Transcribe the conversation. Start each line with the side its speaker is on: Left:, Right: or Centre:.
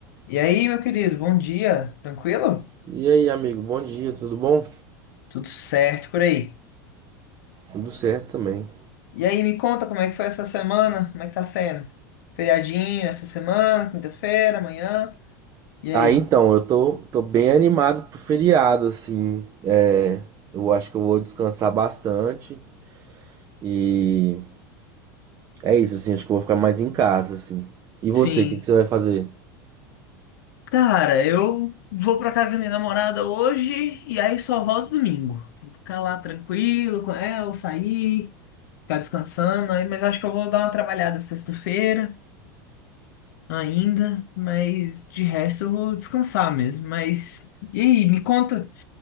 Left: E aí, meu querido, bom dia, tranquilo?
Right: E aí, amigo, bom dia, tudo bom?
Left: Tudo certo por aí.
Right: Tudo certo também.
Left: E aí, me conta como é que foi essa semana? Como é que tá sendo? Feriadinho essa semana, quinta-feira, amanhã. E aí?
Right: Ah, então, eu tô, tô bem animado pro feriado, assim. É, eu acho que eu vou descansar bastante. E é isso, assim, acho que eu vou ficar mais em casa, assim. E você,
Left: Sim.
Right: o que que você vai fazer?
Left: Cara, eu vou pra casa da minha namorada hoje e aí só volto domingo. Vou ficar lá tranquilo com ela, sair, ficar descansando. Aí, mas acho que eu vou dar uma trabalhada sexta-feira ainda, mas de resto eu vou descansar mesmo. Mas e aí, me conta.